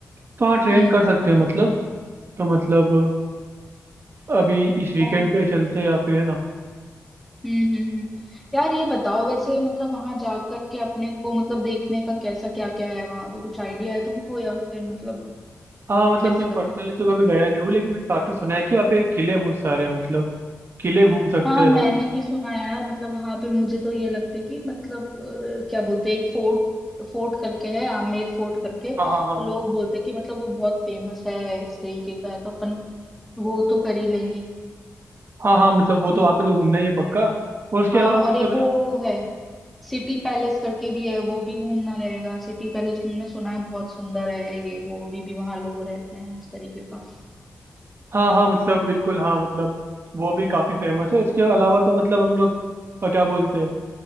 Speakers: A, on the right; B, in the centre.
A: तो हाँ ट्रेन
B: हम्म
A: कर सकते हैं मतलब तो मतलब अभी इस वीकेंड
B: और हम्म
A: पे चलते हैं या फिर है ना
B: हम्म हम्म यार ये बताओ वैसे मतलब वहां जाकर के अपने को मतलब देखने का कैसा क्या क्या है वहां पे कुछ आइडिया है तुमको या फिर मतलब
A: हाँ मतलब
B: कैसे
A: मैं
B: करना
A: पर्सनली
B: है
A: तो कभी गया नहीं हूँ लेकिन मैंने काफी सुना है कि वहाँ पे किले बहुत सारे हैं मतलब किले घूम सकते
B: हाँ मैंने
A: हैं
B: भी सुना है यार मतलब वहां पे मुझे तो ये लगता है कि मतलब अ, क्या बोलते हैं एक फोर्ट फोर्ट करके है आमेर फोर्ट करके तो
A: हाँ हाँ हाँ हाँ
B: लोग बोलते हैं कि मतलब वो बहुत फेमस है इस तरीके का है तो अपन वो तो कर ही लेंगे
A: हाँ हाँ, मतलब वो तो
B: ठीक
A: वहाँ पे
B: है
A: तो घूमना ही है पक्का और उसके
B: हाँ
A: अलावा
B: और
A: मतलब
B: एक
A: है
B: वो
A: ना
B: वो है सिटी पैलेस करके भी है वो भी घूमना रहेगा सिटी पैलेस मैंने सुना है बहुत सुंदर है ये वो अभी भी वहां लोग रहते हैं इस तरीके का
A: हाँ हाँ मतलब बिल्कुल हाँ मतलब वो भी काफी फेमस है उसके अलावा तो मतलब हम लोग अ, क्या बोलते हैं